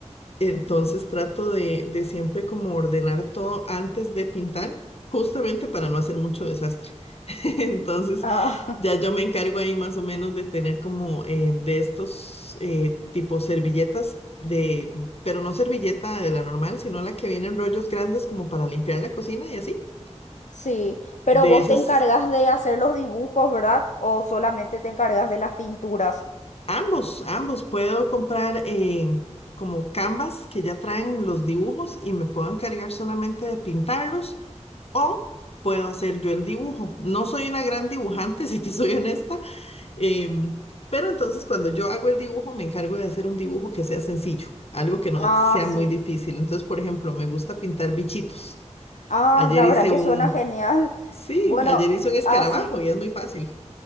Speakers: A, on the left (about 55°); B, on the left (about 80°).
A: Entonces trato de, de siempre como ordenar todo antes de pintar, justamente para no hacer mucho desastre. <laughs> Entonces
B: Ah,
A: ya
B: <laughs>
A: yo me encargo ahí más o menos de tener como eh, de estos eh, tipos servilletas de, pero no servilleta de la normal, sino la que viene en rollos grandes como para limpiar la cocina y así.
B: Sí, pero
A: De
B: vos
A: esas,
B: te encargas de hacer los dibujos, ¿verdad? ¿O solamente te encargas de las pinturas?
A: ambos, ambos puedo comprar eh, como canvas que ya traen los dibujos y me puedo encargar solamente de pintarlos. O puedo hacer yo el dibujo. No soy una gran dibujante, <laughs> si te soy honesta, em, pero entonces cuando yo hago el dibujo me encargo de hacer un dibujo que sea sencillo, algo que no
B: Ah,
A: sea
B: sí.
A: muy difícil. Entonces, por ejemplo, me gusta pintar bichitos.
B: Ah,
A: Ayer
B: la
A: hice
B: verdad que
A: un,
B: suena genial.
A: sí,
B: Bueno,
A: ayer hice un escarabajo
B: así
A: y es muy fácil.